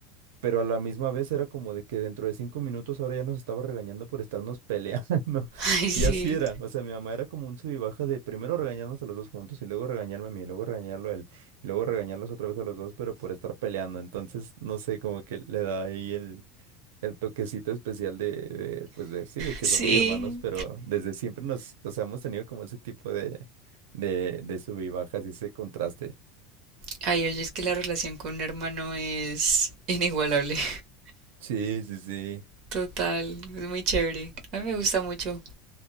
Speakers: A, on the right; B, on the right.
A: Pero a la misma vez era como de que dentro de cinco minutos ahora ya nos estaba regañando por estarnos peleando. <laughs>
B: <laughs> Ay, sí,
A: Y así era. O sea, mi mamá era como un sub y baja de primero regañarnos a los dos juntos y luego regañarme a mí, y luego regañarlo a él, y luego regañarlos otra vez a los dos, pero por estar peleando. Entonces, no sé, como que le da ahí el, el toquecito especial de, de, pues de, sí, de que
B: sí.
A: somos hermanos, pero desde siempre nos, o sea, hemos tenido como ese tipo de, de, de sub y bajas y ese contraste.
B: Ay, oye, es que la relación con un hermano es inigualable. <laughs>
A: Sí, sí, sí.
B: Total, es muy chévere. A mí me gusta mucho.